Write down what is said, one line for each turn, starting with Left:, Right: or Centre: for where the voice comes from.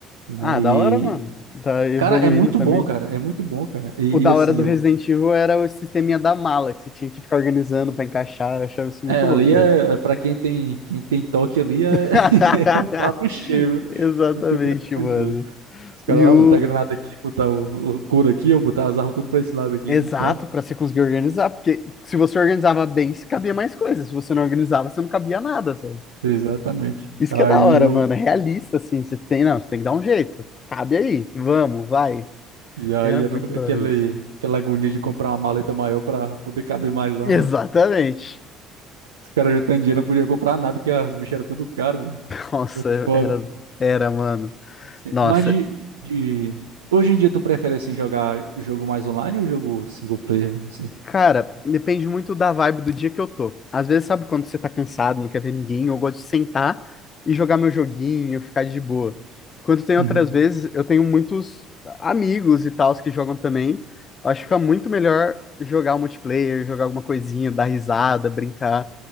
Right: né?
Left: Ah, da
Right: E,
Left: hora, mano. Tá evoluindo
Right: cara, é muito
Left: também.
Right: bom, cara, é muito bom, cara. E,
Left: O da
Right: e assim,
Left: hora do
Right: eu
Left: Resident Evil era o sisteminha da mala, que você tinha que ficar organizando pra encaixar. Eu achava isso muito
Right: É, ali
Left: louco,
Right: é,
Left: velho.
Right: para quem tem, quem tem toque ali é,
Left: <laughs>
Right: <laughs> é um prato cheio, viu?
Left: Exatamente,
Right: Porque, pelo
Left: mano.
Right: amor de Deus, os caras,
Left: E
Right: ah,
Left: o,
Right: botar granada aqui, botar o, o couro aqui, eu botar as armas tudo pra esse lado aqui
Left: Exato,
Right: e tal.
Left: para você conseguir organizar, porque se você organizava bem, se cabia mais coisas. Se você não organizava, você não cabia nada, sabe?
Right: Exatamente.
Left: Isso
Right: Aí
Left: que é da hora,
Right: o
Left: mano. É realista, assim. Você tem, não, você tem que dar um jeito. Cabe aí. Vamos, vai.
Right: e aí
Left: Era muito
Right: era
Left: da
Right: aquele,
Left: hora isso.
Right: aquela agonia de comprar uma maleta maior pra poder caber mais armas.
Left: <laughs> Exatamente.
Right: Os caras juntando dinheiro não podia comprar nada, que as bichas eram tudo caro, velho.
Left: Nossa,
Right: É foda.
Left: era, era, mano.
Right: Assim,
Left: Nossa,
Right: Mas de, de... Hoje em dia tu prefere, assim, jogar jogo mais online ou jogo single player, velho, assim?
Left: Cara, depende muito da vibe do dia que eu tô. Às vezes, sabe quando você tá cansado, não quer ver ninguém, eu gosto de sentar e jogar meu joguinho, ficar de boa. Quando tem outras
Right: Uhum.
Left: vezes, eu tenho muitos amigos e tals que jogam também. Eu acho que fica muito melhor jogar o multiplayer, jogar alguma coisinha, dar risada, brincar.